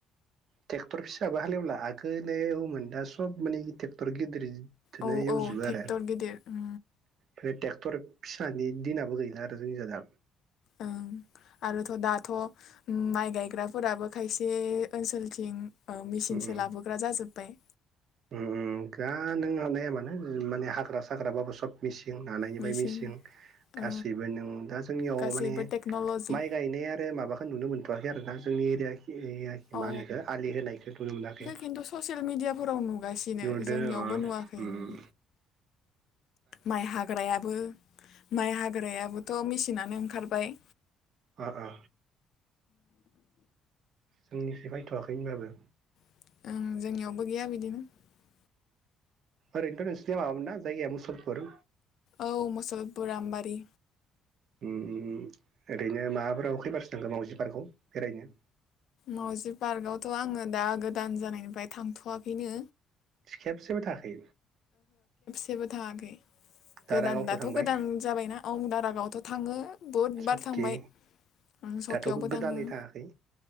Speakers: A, on the right; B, on the left.
A: ट्रेक्टर फिसाबो हालेवला आगोलो एवोमोन दा सब माने ट्रेक्टर गिदिरदोनो
B: औ
A: एवजोबो
B: औ ट्रेक्टर
A: आरो
B: गिदिर उम
A: फ्राय ट्रेक्टर फिसानि दिनाबो गैला आरो जोंनिजा दा
B: आ आरोथ' दाथ' माइ गायग्राफोराबो खायसे ओनसोलथिं मेसिनसो
A: उम उम
B: लाबोग्रा जाजोबबाय
A: उम उम दा नों हानाया मानो माने हाग्रा साग्राबाबो सब मिसि जों नानायनिफ्राय
B: मेचिन
A: मिसिं गासैबो
B: ओ
A: नों दा जोंनियाव
B: गासैबो
A: माने
B: टेक्न'ल'जि
A: माइ गायनाय आरो माबाखौ नुनो मोनथ'वाखै आरो ना जोंनि एरिया खि मा
B: औ
A: होनो बेखौ आलि होनायखौ नुनो मोनाखै
B: खिन्थु ससियेल मिडियाफोराव नुगासिनो
A: नुदों
B: जोंनियावबो
A: अ ओम
B: नुवाखै
A: ओम
B: उम माइ हाग्रायाबो माइ हाग्रा याबोथ' मेसिनानो ओंखारबाय
A: ओ ओ जोंनिथिं फायथ'वाखै होनबाबो
B: <inaudible>
A: ओरैनोथ' नोंसिनिया माबामोन ना जायगाया मुसलपुर
B: औ मुसलरफुर आमबारि
A: उम ओरैनो माबाफोराव खैबारसो थांखो मावजि पार्कआव बेरायनो
B: मावजि पार्कआवथ' आङो दा गोदान जानायनिफ्राय थांथ'वाखैनो
A: खेबसेबो थाङाखै
B: <inaudible>
A: दारागावथ'
B: गोदान दाथ'
A: थांबाय
B: गोदान जाबायना ओं दारागावथ' थाङो बुहुदबार
A: सकि
B: थांबाय ओं सकियावबो
A: दाथ' गोदानै
B: थाङो
A: थाङाखै?